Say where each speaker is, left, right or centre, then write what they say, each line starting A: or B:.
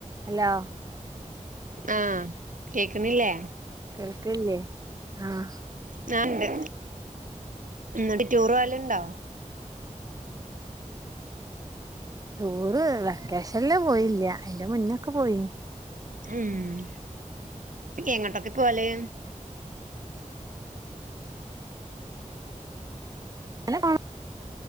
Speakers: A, on the right; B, on the right.
A: Hello
B: ആഹ് കേക്കുന്നില്ലേ
A: കേക്ക് ല്ലേ ആഹ്
B: ഞാൻണ്ട് എന്നിട്ട് ടൂറ് പോവലുണ്ടോ
A: ടൂറ് വെക്കേഷനില് പോയില്ല അതിന്റെ മുന്നൊക്കെ പോയിന്
B: ഉം എങ്ങോട്ടൊക്കെ പോവല്
A: അല്ല